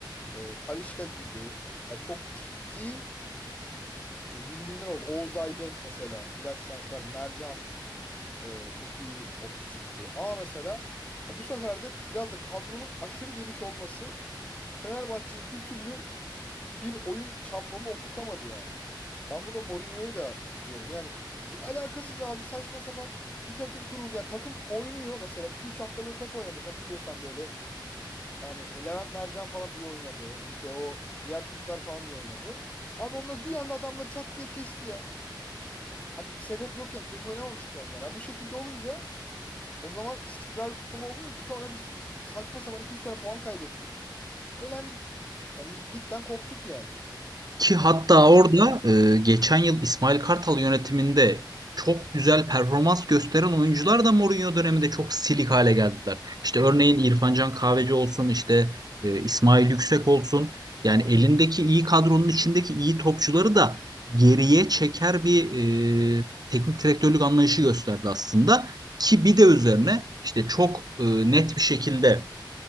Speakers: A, on the left; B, on the right.
A: e, Talisca gibi e, çok ciddi e, bildirimler oldu. Oğuz Aydın mesela, flash transfer, Mercan e, çok iyi topçu çıktı. Ama mesela ya bu sefer de biraz da kadronun aşırı geniş olması Fenerbahçe'yi bir türlü bir oyun şablonunu oturtamadı yani. Ben burada Mourinho'yu da kızıyorum. Yani çok alakasız abi saçma sapan bir takım kuruldu. Yani takım oynuyor mesela iki üç hafta böyle top oynadık hatırlıyorsan böyle. Yani e, Levent Mercan falan iyi oynadı. İşte o diğer çocuklar falan iyi oynadı. Abi onlar bir anda adamları çat diye kesti ya. Hani bir sebep yokken kötü oynamamışken yani. Bu şekilde olunca o zaman istikrarlı futbol olmuyor ki. Sonra biz saçma sapan iki üç tane puan kaybettik. Elendik. Yani lig, ligden koptuk yani.
B: Ki hatta orada e, geçen yıl İsmail Kartal yönetiminde çok güzel performans gösteren oyuncular da Mourinho döneminde çok silik hale geldiler. İşte örneğin İrfan Can Kahveci olsun, işte e, İsmail Yüksek olsun. Yani elindeki iyi kadronun içindeki iyi topçuları da geriye çeker bir e, teknik direktörlük anlayışı gösterdi aslında. Ki bir de üzerine işte çok e, net bir şekilde